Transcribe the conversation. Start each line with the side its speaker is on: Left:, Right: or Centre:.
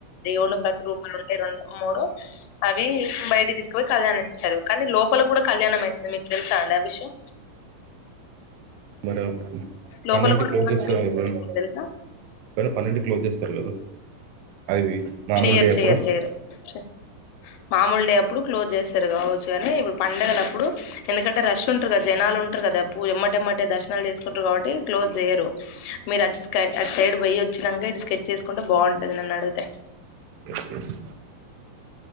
Left: దేవుని ప్రతిరూపాలు ఉంటాయి రెండో మూడో అవి బయట తీసుకపోయి కళ్యాణ ఇచ్చారు లోపల కూడా కళ్యాణం అయితది మీకు తెలుసా అండి ఆ విషయం
Right: మరి
Left: లోపల
Right: పన్నెండు
Left: కూడా
Right: క్లోజ్ చేస్తార ఎప్పుడైనా
Left: తెలుసా
Right: పన్నెండు క్లోజ్ చేస్తారు కదా అది మామూలు
Left: చెయ్యరు
Right: డే అప్పుడా
Left: చెయ్యరు చెయ్యరు చె మామూలు డే అప్పుడు క్లోజ్ చేస్తారు కావచ్చు కానీ ఇప్పుడు పండడుగల అప్పుడు ఎందుకంటే రష్ ఉంటారు కదా జనాలు ఉంటారు కదా పూ ఎమ్మటెమ్మటే దర్శనాలు చేసుకుంటారు కాబట్టి క్లోజ్ చేయ్యరు మీరు అటు స్కై అటు సైడ్ పోయి వచ్చినాక ఇటు స్కెడ్ వేసుకుంటే బాగుంటది నన్ను అడిగితే
Right: ఎస్ ఎస్